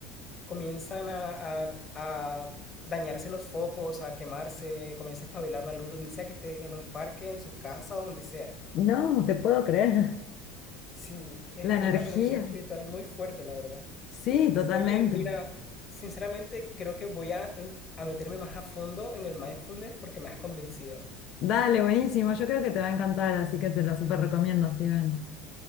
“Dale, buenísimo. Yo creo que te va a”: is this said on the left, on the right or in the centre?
Left